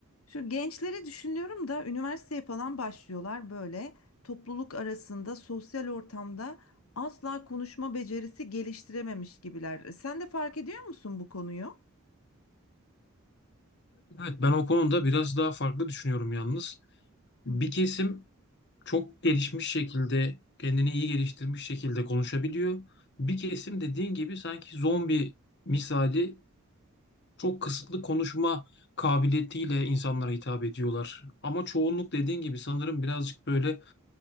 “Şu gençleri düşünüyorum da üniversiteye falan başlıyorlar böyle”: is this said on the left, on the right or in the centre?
Left